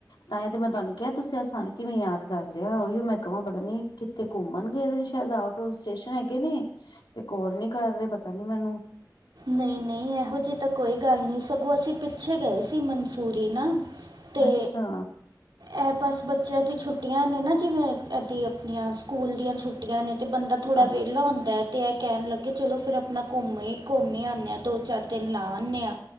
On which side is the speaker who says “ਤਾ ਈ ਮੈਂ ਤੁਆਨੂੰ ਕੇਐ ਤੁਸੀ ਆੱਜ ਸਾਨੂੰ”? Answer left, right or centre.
Left